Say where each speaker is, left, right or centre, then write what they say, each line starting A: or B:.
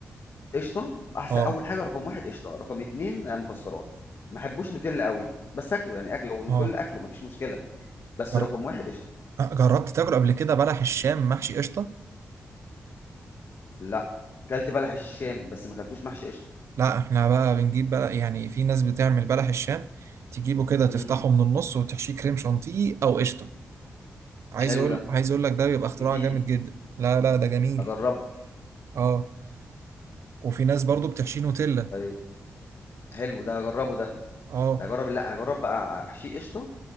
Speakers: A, on the left (about 60°); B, on the right (about 70°).
A: قشطة احسن
B: اه
A: اول حاجة رقم واحد قشطة رقم اتنين آه، مكسرات ما احبوش نوتيلا قوي بس اكله يعني اكله نوتيلا
B: اه
A: اكله مفيش مشكلة بس
B: جر...
A: رقم واحد قشطة
B: آه، جربت تاكل قبل كده بلح الشام محشي قشطة
A: لا كلت بلح الشام بس ما كلتوش محشي قشطه
B: لا احنا بقى بنجيب بلح يعني في ناس بتعمل بلح الشام تجيبه كده تفتحه
A: امم
B: من النص وتحشيه كريم شانتيه او قشطة عايز
A: حلو
B: اقول
A: ده
B: عايز اقول لك ده بيبقى اختراع
A: جديد
B: جامد جدا لا لا ده جميل
A: اجربه
B: اه وفي ناس برضو بتحشي نوتيلا
A: طيب حلو ده هجربه ده
B: اه
A: ده اجرب لا هجرب بقى حشي قشطه